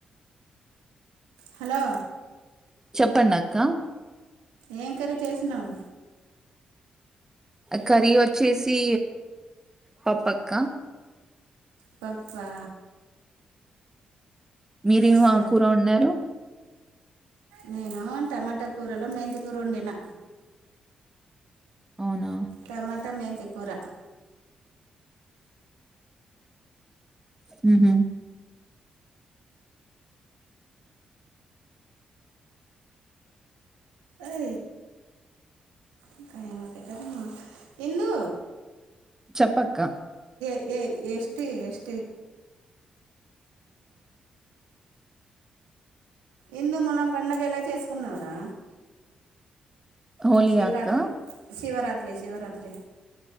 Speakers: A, on the right; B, on the right.
A: హలోలో
B: చెప్పంన్నక్క
A: ఏం కరే చేసినావు
B: కర్రీ వచ్చేసి పప్పక్క
A: పాప్పా
B: మీరేమో
A: సరే
B: ఆ కూర ఉన్నారు
A: నేను టమాటా కూరలో మేంతి కూర వండినా
B: అవునా
A: టమాట మేంత కొర
B: హ
A: ఏ ఇ కాంతక ఇంలో
B: చెప్పక్క
A: ఏ ఎస్ ఎస్ ఎందు మన పండగ ఎలా చేసుకున్నవరా
B: హోలీ
A: శివరాత్రి
B: అక్క
A: శివరాత్రి శివరాత్రి